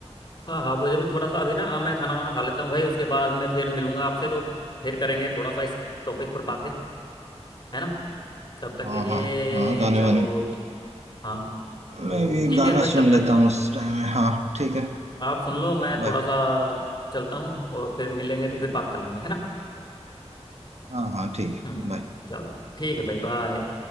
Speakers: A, on the left; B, on the right.
A: हाँ हाँ मुझे भी थोड़ा सा अभी ना हाँ, मैं खाना वाना खा लेता हूँ भाई उसके बाद मैं फिर मिलूंगा आपसे तो फिर करेंगे थोड़ा सा इस टॉपिक पर बातें है ना तब तक
B: हाँ
A: के लिए
B: हाँ हाँ गाने
A: चलो
B: वाने
A: हाँ तो
B: मैं भी
A: ठीक
B: गाना
A: है फिर
B: सुन
A: तब
B: लेता
A: तक
B: हूँ उस टाइम में हाँ ठीक है
A: आप सुन लो मैं
B: बाय
A: थोड़ा सा चलता हूँ और फिर मिलेंगे तो फिर बात कर लेंगे है ना
B: हाँ हाँ ठीक है
A: हम्म
B: बाय
A: चलो ठीक है भाई बाय